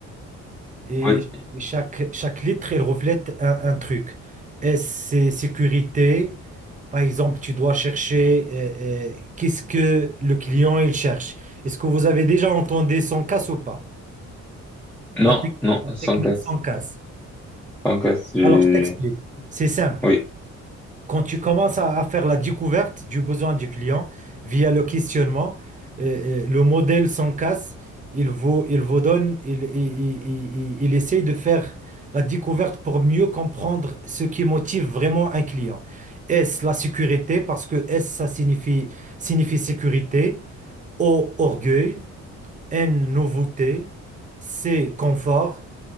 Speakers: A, on the right; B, in the centre.
A: Et
B: Oui.
A: et chaque, chaque lettre, elle reflète un, un truc. S, c'est sécurité. Par exemple, tu dois chercher euh, euh, qu'est-ce que le client il cherche. Est-ce que vous avez déjà entendu sans casse ou pas?
B: Non,
A: La, tec-
B: non,
A: la technique
B: sans casse.
A: sans casse.
B: Sans casse. j'ai-
A: Alors, je t'explique. C'est simple.
B: Oui,
A: quand tu commences à, à faire la découverte du besoin du client via le questionnement, euh, euh, le modèle s'en casse, il vous, il vous donne, il, il, il- il- il essaye de faire la découverte pour mieux comprendre ce qui motive vraiment un client. Est-ce la sécurité? Parce que S, ça signifie, signifie sécurité. O, orgueil. N, nouveauté. C, confort.